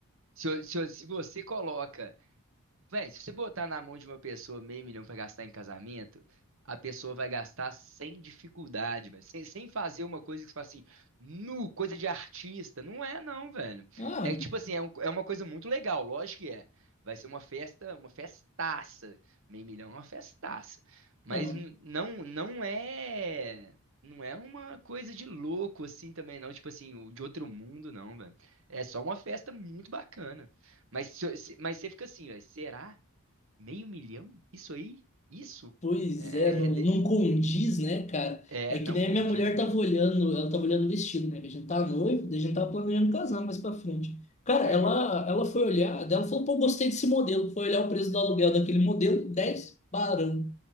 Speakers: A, on the right; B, on the left.
A: Se, eu- se, eu- se você coloca Véi, se você botar na mão de uma pessoa meio milhão pra gastar em casamento, a pessoa vai gastar sem dificuldade, velho. Sem, sem fazer uma coisa que você fala assim, nu, coisa de artista. Não é, não, velho.
B: Ah,
A: É tipo assim, é, um- é uma coisa muito legal, lógico que é. Vai ser uma festa, uma festaça. Meio milhão é uma festaça. Mas
B: então.
A: n- não, não é. Não é uma coisa de louco assim também, não. Tipo assim, o- de outro mundo, não, velho. É só uma festa muito bacana. Mas, se eu- se- mas você fica assim, velho, será? Meio milhão? Isso aí? Isso?
B: Pois
A: É,
B: é, não,
A: é, de-
B: não condiz, né, cara?
A: é,
B: É que
A: não
B: nem
A: condiz,
B: a minha mulher
A: mano.
B: tava olhando, ela tava olhando o vestido, né? Que a gente tá noivo, daí a gente tava planejando casar mais pra frente. Cara,
A: Uhum.
B: ela, ela foi olhar, daí ela falou, pô, gostei desse modelo. Foi olhar o preço do aluguel daquele modelo, 10 barão,